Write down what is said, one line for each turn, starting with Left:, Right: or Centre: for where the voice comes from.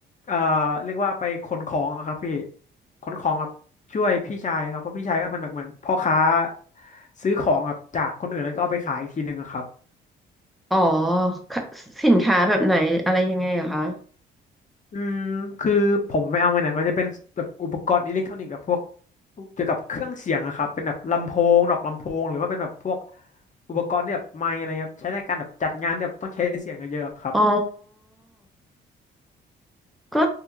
Left: เอ่อเรียกว่าไปขนของอะครับพี่ขนของแบบช่วยพี่ชายครับเพราะพี่ชายก็เป็นแบบเหมือนพ่อค้าซื้อของแบบจากคนอื่นแล้วก็เอาไปขายอีกทีหนึ่งอะครับ
Centre: อ๋อค่ะสินค้าแบบไหนอะไรยังไงเหรอคะ
Left: อืมคือผมไม่เอามไหนมันจะเป็นแบบอุปกรณ์อิเล็กทรอนิกส์กับพวกเกี่ยวกับเครื่องเสียงอะครับเป็นแบบลำโพงดอกลำโพงหรือว่าเป็นแบบพวกอุปกรณ์ที่แบบไมค์อะไรเงี้ยใช้ในการแบบจัดงานที่แบบต้องใช้เสียงเยอะๆอะครับ
Centre: อ๋อก็